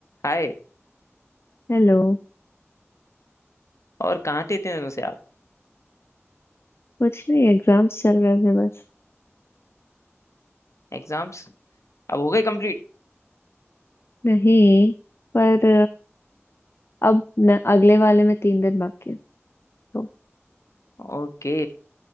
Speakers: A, on the left; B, on the left.
A: हाय
B: Hello
A: और कहाँ थे इतने दिनों से आप
B: कुछ नहीं exams चल रहे थे बस
A: एग्जाम्स अब हो गए कंप्लीट
B: नहीं पर अब न, अगले वाले में तीन दिन बाकी है तो
A: ओके